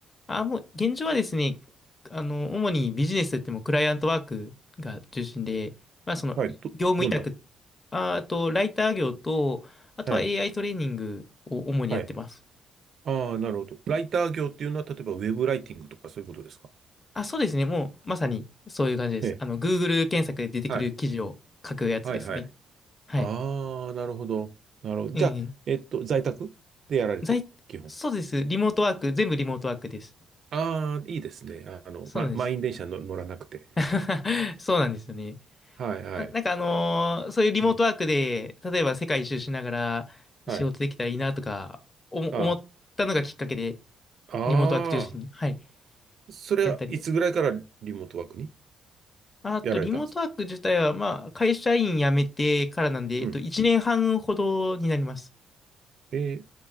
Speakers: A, on the left; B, on the right.
A: あ、もう、現状はですね、あの、主にビジネスといってもクライアントワークが中心で、まあ、その、
B: はい、
A: い業務委託、
B: ど、どんな
A: ああと、ライター業と、あとは
B: はい、
A: AI トレーニングを主にやってます。
B: はい。ああ、なるほど。ライター業っていうのは、例えばウェブライティングとかそういうことですか
A: あ、そうですね。もう、まさにそういう感じです。
B: ええ、
A: あの、Google 検索で出てくる記事を書くやつですね。
B: はい、はいはい。
A: はい。
B: ああ、なるほど。なるほど。
A: ええ
B: じゃあ、えっと、在宅でやられてる基本。
A: 在、そうです。リモートワーク、全部リモートワークです。
B: ああ、いいですね。あの、
A: そうなんです。
B: ま、満員電車の乗らなくて。
A: <laughs> そうなんですよね。
B: はい、はい。
A: あなんかあのーそういうリモートワークで、
B: うん、
A: 例えば世界一周しながら仕事できたらいいなとか、
B: はい。
A: おも思ったのがきっかけで、
B: ああ、
A: リモートワーク中心に、
B: あ
A: はい、
B: それはいつぐらいからリモートワークに
A: やったりを。あと、
B: やられたんですか
A: リモートワーク自体は、まあ、会社員辞めてからなんで、えっと、
B: うん。
A: 1年半ほどになります。
B: えー